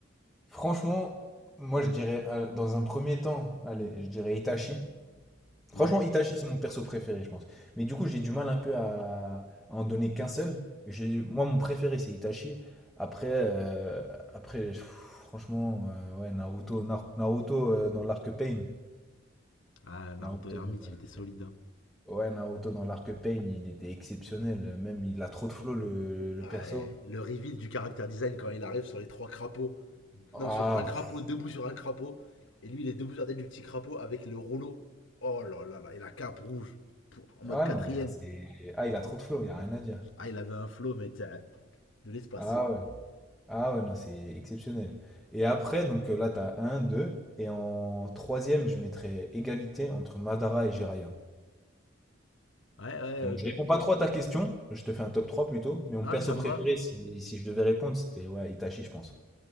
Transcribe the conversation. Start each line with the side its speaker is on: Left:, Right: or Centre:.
Centre: Franchement, moi je dirais, euh, dans un premier temps, allez, je dirais Itachi. Franchement,
Left: Ouais.
Centre: Itachi, c'est mon perso préféré, je pense. Mais du coup, j'ai du mal un peu à, à en donner qu'un seul. Mais j'ai- Moi, mon préféré, c'est Itachi. Après, euh, après pff, franchement, euh, ouais, Naruto, Nar- Naruto euh, dans l'arc Pain.
Left: Ah, Naruto
Centre: Naruto.
Left: Hermite,
Centre: euh,
Left: il était solide. Hein.
Centre: Ouais, Naruto dans l'arc Pain, il était exceptionnel. Même, il a trop de flow, le, le
Left: Ouais,
Centre: perso.
Left: le reveal du caractère design quand il arrive sur les trois crapauds.
Centre: Ah,
Left: Non, sur un crapaud,
Centre: pff,
Left: debout sur un crapaud. Et lui, il est debout sur la tête du petit crapaud avec le rouleau. Oh là là là, et la cape rouge. Pour- en mode
Centre: ah
Left: quatrième.
Centre: non, mais c'est... Ah, il a trop de flow, il n'y a rien à dire.
Left: Ah, il avait un flow, mais de l'espace.
Centre: Ah ouais. Ah ouais, non, c'est exceptionnel. Et après, donc euh, là, t'as un deux Et en troisième, je mettrais égalité entre Madara et Jiraiya.
Left: Ouais, ouais,
Centre: Donc
Left: ok.
Centre: je réponds pas trop à ta question, je te fais un top 3 plutôt, mais mon
Left: Non,
Centre: perso
Left: mais ça
Centre: préféré,
Left: me va.
Centre: si, si je devais répondre, c'était ouais, Itachi, je pense.